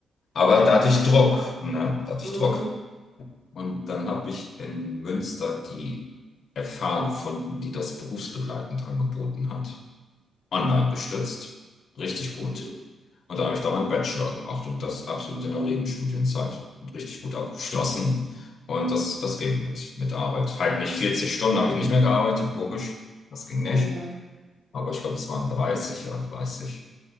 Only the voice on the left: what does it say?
aber
da
hatte
ich Druck, ne? Da hatte
ich Druck. Und dann habe ich in Münster die FH gefunden, die das berufsbegleitend angeboten hat. Online gestützt. Richtig gut.
Und da habe ich da meinen Bachelor gemacht und das absolut in der Regenstudienzeit und richtig gut abgeschlossen. Und das, das ging mit, mit Arbeit. Halt nicht 40 Stunden habe ich nicht mehr gearbeitet, logisch. Das ging nicht.
Aber ich glaube, es waren dreißig ja, dreißig